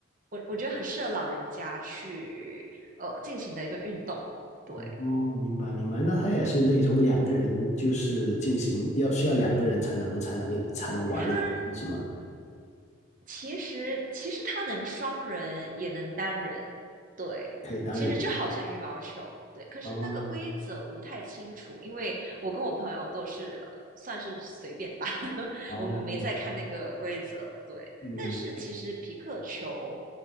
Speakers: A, on the right (about 40°); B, on the left (about 35°).
A: 我我觉得很适合老人家去呃进行的一个运动。对，
B: 哦，明白明白，那它也是那种两个人就是进行要需要两个人才能才能才能玩的游戏是吗？
A: 它其实其实它能双人也能单人，对，
B: 可以单人
A: 其实就好像羽毛球，对。可是那个规则我不太清楚，
B: 哦
A: 因为我跟我朋友都是呃算是随便打，<laughs>
B: 哦，
A: 我们没在看那个规则，对。
B: 嗯，
A: 但是其实皮克球，